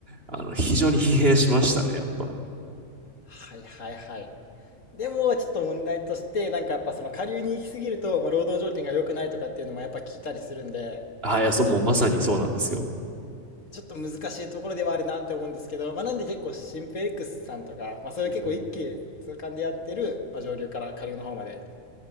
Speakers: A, on the right; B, on the left.
A: あの、非常に疲弊しましたね、やっぱ。
B: はいはいはい。でも、ちょっと問題として、なんかやっぱその下流に行き過ぎると、まあ、労働条件が良くないとかっていうのもやっぱ聞いたりするんで、
A: あ、いや、そう、もうまさにそうなんですよ。
B: ちょっと難しいところではあるなって思うんですけど、まあ、なんで結構シンペックスさんとか、まあ、そういう結構一気通貫でやってる、
A: うん
B: まあ、上流から下流の方まで、